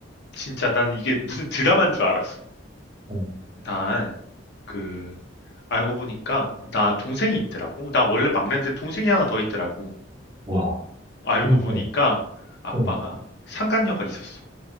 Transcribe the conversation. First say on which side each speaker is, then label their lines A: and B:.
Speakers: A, on the left; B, on the right.
A: 진짜 난 이게 무슨 드라마인 줄 알았어.
B: 어,
A: 난, 그, 알고 보니까, 나 동생이 있더라고. 나 원래 막내인데 동생이 하나 더 있더라고.
B: 와,
A: 알고
B: 음,
A: 보니까,
B: 어,
A: 아빠가
B: 어,
A: 상간녀가 있었어.